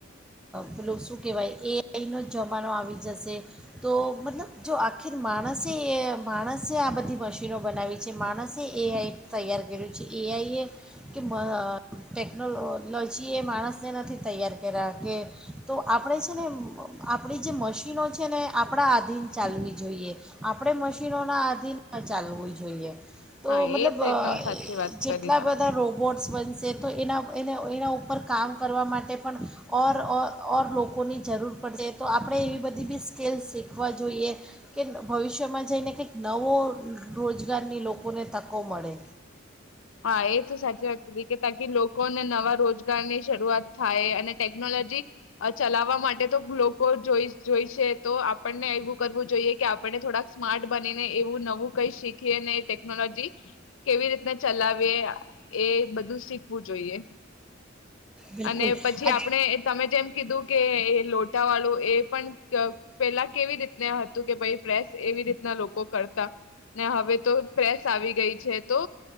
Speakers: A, in the centre; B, on the left.
A: પેલું શું કહેવાય એઆઈનો જમાનો આવી જશે તો મતલબ જો આખીર માણસે એ માણસે આ બધી મશીનો બનાવી છે માણસે એઆઈ તૈયાર કર્યું છે. એઆઈએ કે ટેકનોલોજીએ માણસને નથી તૈયાર કર્યા કે તો આપણે છે. ને આપણી જે મશીનો છે. ને આપણા આધીન ચાલવી જોઈએ આપણે મશીનોના આધીન ચાલવું જોઈએ. જોઈએ તો
B: હા
A: મતલબ
B: એ તો એકદમ સાચી વાત
A: જેટલા
B: કરી તમે.
A: બધા રોબોટ્સ બન છે, તો એના એને એના ઉપર કામ કરવા માટે પણ ઓર ઓ ઓર લોકોની જરૂર પડશે, તો આપણે એવી બધી બી સ્કીલ શીખવા જોઈએ, કે ભવિષ્યમાં જઈને કંઈક નવો રોજ ગારની લોકોને તકો મળે.
B: હા એ તો સાચી વાત કીધી કે તાકી લોકોને નવા રોજગાર ની શરૂઆત થાય અને ટેકનોલોજી ચલાવવા માટે ટે એતો લોકો જોઈ જોઈ છે તો આપણને કરવું જોઈએ, કે આપણને થોડાક સ્માર્ટ બનીને એવું નવું કઈ શીખ એ અને એ ટેકનોલોજી કેવી રીતના ચલાવીએ એ બધું શીખવું જોઈએ.
A: બિલકુલ
B: અને પછી
A: આજ
B: આપણે તમે જેમ કીધું કે લોટાવાળું, એ પણ પેલા કેવી રીતના હતું કે ભાઈ પ્રેસ એવી રીતના લોકો કરતા ને હવે તો પ્રેસ આવી ગઈ છે. તો